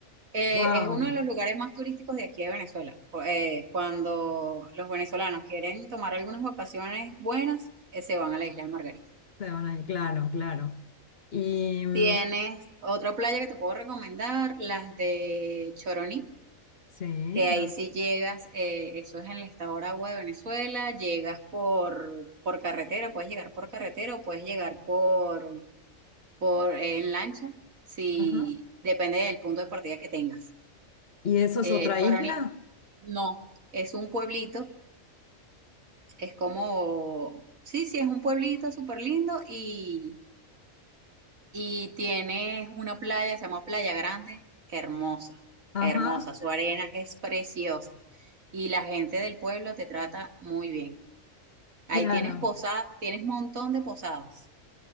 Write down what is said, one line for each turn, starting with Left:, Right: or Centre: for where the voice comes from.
Right: Eh,
Left: wow,
Right: es uno de los lugares más turísticos de aquí de Venezuela. Cu- eh, cuando los venezolanos quieren tomar algunas vacaciones buenas, eh, se van a la isla de Margarita.
Left: se van ahí, claro, claro. Y mm,
Right: Tienes otra playa que te puedo recomendar, las de Choroní,
Left: sí,
Right: que ahí
Left: no,
Right: sí llegas, eh, eso es en el estado Aragua de Venezuela, llegas por, por carretera, puedes llegar por carretera o puedes llegar por, por eh, en lancha, si
Left: ajá.
Right: depende del punto de partida que tengas.
Left: ¿Y eso es
Right: Eh,
Left: otra
Right: Choroní,
Left: isla?
Right: no, es un pueblito Es como, sí, sí, es un pueblito súper lindo y, y tiene una playa, se llama Playa Grande, hermosa,
Left: Ajá,
Right: hermosa, su arena es preciosa y la gente del pueblo te trata muy bien. Ahí
Left: claro,
Right: tienes posadas, tienes montón de posadas.